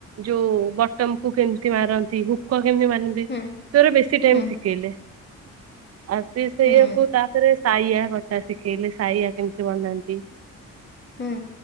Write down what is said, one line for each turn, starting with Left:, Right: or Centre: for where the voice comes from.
Right: ଯୋଉ ବଟମ୍ କୁ କେମିତି ମାରନ୍ତି, ହୁ କଣ କେମିତି ମାନନ୍ତି ସେଉରା
Left: ହୁଁ
Right: ବେଶୀ ଟାଇମ୍
Left: ହୁଁ
Right: ଶିଖେଇଲେ। ଆଉ ସିଏ ସେଇଆକୁ
Left: ହୁଁ
Right: ତାପରେ ଶାୟା କଟା ଶିଖେଇଲେ, ସାଇଆ କେମିତି ବନାନ୍ତି?
Left: ହୁଁ